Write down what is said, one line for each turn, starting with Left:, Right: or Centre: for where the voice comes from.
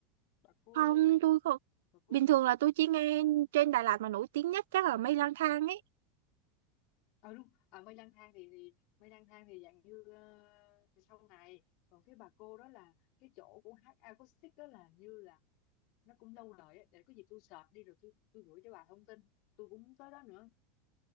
Left: bà cô
Right: không tôi không
Left: bà cô
Right: bình thường là tôi chỉ nghe trên Đà Lạt mà nổi tiếng nhất chắc là mây lang thang ấy
Left: ờ đúng à, mây lang thang thì, thì mây lang thang thì dạng như ờ, sau này còn cái bà cô đó là cái chỗ của hát acoustic đó là như là nó cũng lâu đời á. để có gì tôi search đi rồi tôi tôi gửi cho bà thông tin tôi cũng muốn tới đó nữa